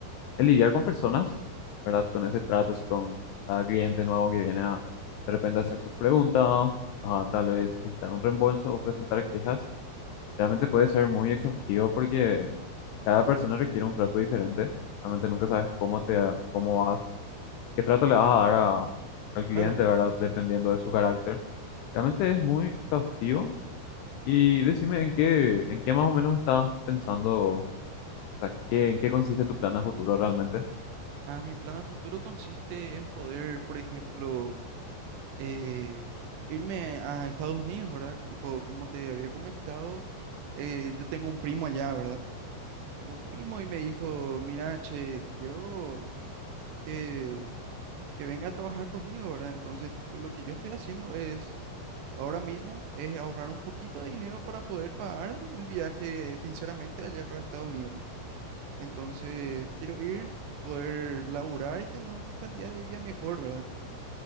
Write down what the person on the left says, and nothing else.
el lidiar con personas, ¿verdad? Con ese trato, así con cada cliente nuevo que viene a de repente hacer sus preguntas, a tal vez visitar un reembolso o presentar quejas, realmente puede ser muy exhaustivo porque cada persona requiere un trato diferente. Realmente nunca sabes cómo te, cómo vas, qué trato le vas a dar a- al cliente,
¿verdad? Dependiendo de su carácter. Realmente es muy exhaustivo. Y decime en qué, en qué más o menos estabas pensando, o sea, qué, en qué consiste tu plan a futuro realmente.